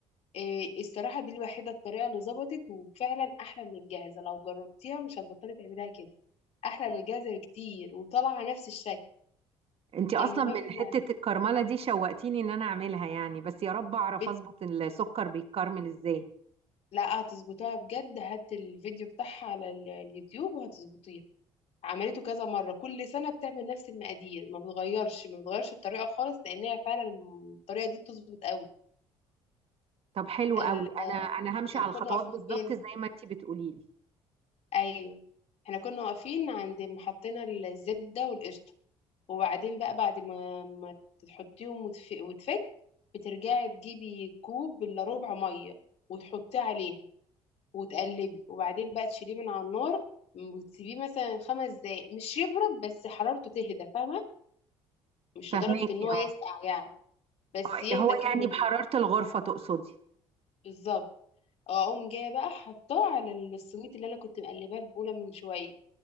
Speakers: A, on the left; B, on the right.
A: إيه الصراحة دي الوحيدة الطريقة اللي ظبطت وفعلا احلى من الجاهزة لو جربتيها مش هتبطلي تعمليها كده احلى من الجاهزة بكتير وطالعة نفس الشكل
B: انت اصلا
A: المهم
B: من حتة الكرملة دي شوقتيني ان انا اعملها يعني بس يا رب اعرف
A: بت...
B: اظبط السكر بيتكرمل ازاي
A: لا هتظبطها بجد هات الفيديو بتاعها على ال- اليوتيوب وهتظبطيها عملته كذا مرة كل سنة بتعمل نفس المقادير ما بتغيرش ما بتغيرش الطريقة خالص لأن هي فعلا الطريقة دي بتظبط قوي
B: طب حلو
A: ال...
B: قوي انا انا همشي
A: يعني
B: على
A: كنا
B: الخطوات
A: واقفين
B: بالظبط
A: فين
B: زي ما انت بتقولي لي
A: أيوه احنا كنا واقفين عند محطينا الزبدة والقشطة وبعدين بقى بعد ما, ما تحطيهم وتف... وتفك بترجعي تجيبي كوب إلا ربع مية وتحطيه عليها وتقلبي وبعدين بقى تشيليه من على النار وتسيبيه مثلا خمس دقايق مش يبرد بس حرارته تهدى فاهمة مش
B: فهماكي
A: لدرجة ان هو
B: اه
A: يسقع يعني بس
B: اه اللي
A: يهدى
B: هو
A: كده
B: يعني
A: من
B: بحرارة الغرفة تقصدي
A: بالظبط آه، اقوم جايه بقى حطاه على السويت اللي انا كنت مقلباه في بوله من شويه